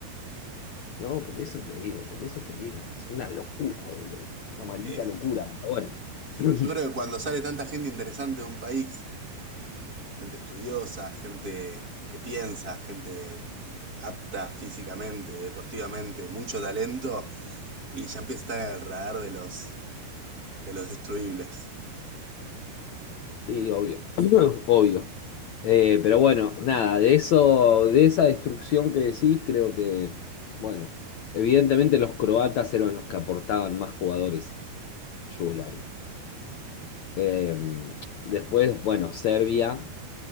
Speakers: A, on the left; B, on the right.
A: No, por eso te digo, por eso te digo. Es una locura, boludo. Una maldita
B: Eh,
A: locura. Pero Bueno. <clears throat>
B: yo creo que cuando sale tanta gente interesante de un país, gente estudiosa, gente que piensa, gente apta físicamente, deportivamente, mucho talento, y ya empieza a estar en el radar de los, de los destruibles.
A: Sí, obvio. <clears throat> Obvio. Eh, pero bueno, nada, de eso, de esa destrucción que decís, creo que, bueno, evidentemente los croatas eran los que aportaban más jugadores a Yugoslavia. Eh, después, bueno, Serbia.